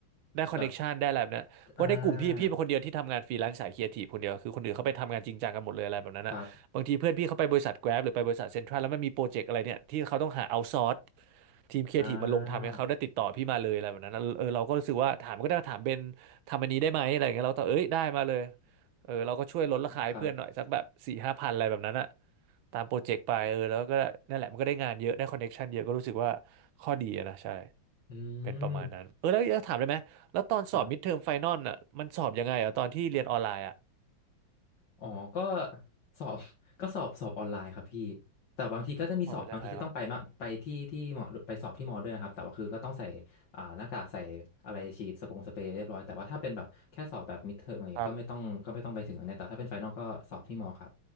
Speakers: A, on the right (about 80°); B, on the left (about 60°).
A: ได้คอนเน็กชันได้อะไรแบบเนี้ยเพราะในกลุ่มพี่พี่เป็นคนเดียวที่ทำงานฟรีแลนซ์สายครีเอทีฟคนเดียวคือคนอื่นเขาไปทำงานจริงจังกันหมดเลยอะไรแบบนั้นอ่ะบางทีเพื่อนพี่เขาไปบริษัท
B: แบบอ่าครับ
A: Grab หรือไปบริษัทเซ็นทรัลแล้วมันมีโปรเจกต์อะไรเนี่ยที่เขาต้องหาเอาซอร์สทีมครีเอทีฟมาลงทำเนี่ยเขาได้ติดต่อพี่มาเลยอะไรแบบนั้นอะเออเราก็รู้สึกว่าถามก็ได้มาถามเบนทำอันนี้ได้ไหมอะไรอย่างเงี้ยเราก็ตอบเอ้ยได้มาเลย
B: อ่า
A: เออเราก็ช่วยลดราคาให้เพื่อนหน่อยสักแบบสี่ห้าพันอะไรแบบนั้นอ่ะ
B: ครับ
A: ตามโปรเจกต์ไปเออแล้วก็นั่นแหละมันก็ได้งานเยอะได้คอนเน็กชันเยอะก็รู้สึกว่าข้อดีอะนะใช่
B: อืม
A: เป็นประมาณนั้นเออแล้วจะถามได้ไหมแล้วตอนสอบมิดเทอมไฟนอลอ่ะมันสอบยังไงอ่ะตอนที่เรียนออนไลน์อ่ะ
B: ครับ อ๋อก็สอบ <laughs> ก็สอบสอบออนไลน์ครับพี่แต่บางทีก็จะมีสอบบางทีก็ต้องไปมาไปที่ที่หมอไปสอบที่หมอด้วยนะครับแต่ว่าคือก็ต้องใส่อ่าหน้ากากใส่อะไรฉีดสปงสเปรย์เรียบร้อยแต่ว่าถ้าเป็นแบบแค่สอบแบบมิดเทอมอะไรเงี้ยก็ไม่ต้องก็ไม่ต้องไปถึงอันเนี้ยแต่ถ้าเป็นไฟนอลก็สอบที่หมอครับ
A: สอบเป็นยังไงวะครับ